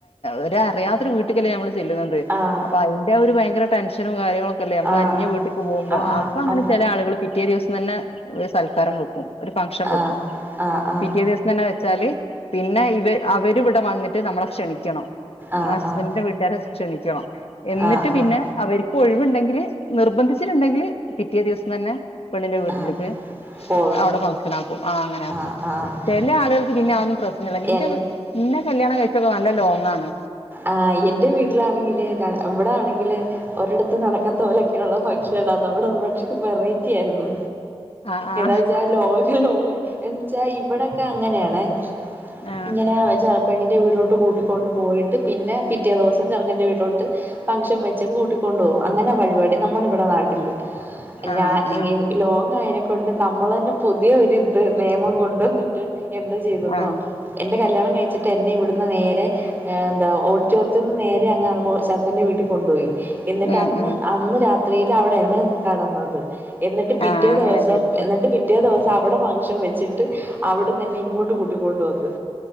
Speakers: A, on the left (about 60°); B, on the right (about 20°).
A: ഒര അറിയാത്ത ഒരു വീട്ടിൽക്കല്ലേ നമ്മൾ ചെല്ലുന്നത് <unintelligible>
B: ആഹ്
A: അതിന്റെ ഒരു ഭയങ്കര ടെൻഷനും കാര്യങ്ങളൊക്കെല്ലേ നമ്മള്
B: ആഹ്
A: അന്യ വീട്ടേക്ക് പോകുമ്പോ
B: ആഹ്
A: അപ്പൊ അങ്ങനെ
B: അത്
A: ചെല ആളുകൾ പിറ്റേ ദിവസം തന്നെ ഒരു സൽക്കാരം വെക്കും ഒരു ഫംഗ്ഷൻ വെക്കും
B: ആഹ് ആഹ് ആഹ്
A: പിറ്റേ ദിവസം തന്നെ വെച്ചാല് പിന്നെ ഇവ അവര് ഇവിടെ വന്നിട്ട് നമ്മളെ ക്ഷണിക്കണം
B: ആഹ്
A: അസ്ബൻഡിന്റെ
B: ആഹ്
A: വീട്ടുകാരെ ക്ഷണിക്കണം എന്നിട്ട്
B: ആഹ്
A: പിന്നെ
B: ആഹ്
A: അവർക്ക് ഒഴിവുണ്ടെങ്കില് നിർബന്ധിച്ചിട്ടുണ്ടെങ്കില് പിറ്റേ ദിവസം തന്നെ പെണ്ണിന്റെ വീട്ടിലേക്ക്
B: ആഹ് പോകാം
A: അവിടെ ഫംഗ്ഷൻ ആക്കും ആ അങ്ങനെ ആക്കും
B: ആഹ് ആഹ്
A: ചെല ആുകൾക്ക് പിന്നെ അതൊ ന്നും പ്രശ്നമ ഇല്ല ഇന്റെ
B: എ
A: നിന്നെ കല്യാണം കഴിച്ചൊക്കെ നല്ല ലോങ്ങാണ്
B: ആഹ് എൻറെ വീട്ടിലാണെങ്കില് ഇവിടെ ആണെങ്കില് ഒരിടത്തും നടക്കാത്ത പോലൊക്കെയുള്ള ഫംഗ്ഷനാണ് നമ്മടെ വെറൈറ്റി ആയിരുന്നു
A: ആ ആ
B: എന്നിച്ചാ ലോക ലോക എന്നിച്ചാ ഇവിടെക്കെ അങ്ങനെയാണ്.
A: ആ
B: ഇങ്ങനെ ചെപ്പണിന്റെ വീട്ടിലോട്ട് കൂട്ടിക്കൊണ്ട് പോയിട്ട് പിന്നെ പിറ്റേ ദിവസം ചെറുക്കന്റെ വീട്ടിലോട്ട് ഫംഗഷൻ വെച്ച് കൂട്ടിക്കൊണ്ട്പോകും അങ്ങനെ വഴിപാടി നമ്മളെ ഇവിടെ നാട്ടില്
A: ആ
B: ഞാൻ
A: ആ
B: എനിക് ലോങ്ങായനക്ക കൊണ്ട് നമ്മൾ തന്നെ പുതിയ ഒരിത് നിയമം കൊണ്ടന്നിട്ട് എന്ത് ചെയ്തെന്നോ
A: ആ
B: എന്റെ കല്യാണം കഴിച്ചിട്ട് എന്നെ ഇവിടുന്ന് നേരെ ഏ ന്താ ഓഡിറ്റോറിയത്ത് ന്ന്നേരെ അങ്ങ് ചെറുക്കന്റെ വീട്ടിൽ കൊണ്ടുപോയി എന്നിട്ട്
A: ഉം
B: അന്ന്
A: ഉം
B: അന്ന് രാത്രീൽ അവിടെയാണ് കെടന്നത് എന്നിട്ട് പിറ്റേ
A: ആ അങ്ങനെ
B: ദിവസം
A: ചെയ്തിട്ട്
B: എന്നിട്ട് പിറ്റേ ദിവസം അവിടെ ഫംഗ്ഷൻ വെച്ചിട്ട് അവിട്ന്ന് എന്നെ ഇങ്ങോട്ട് ട്ട് കൂട്ടിക്കൊണ്ട് വന്ന്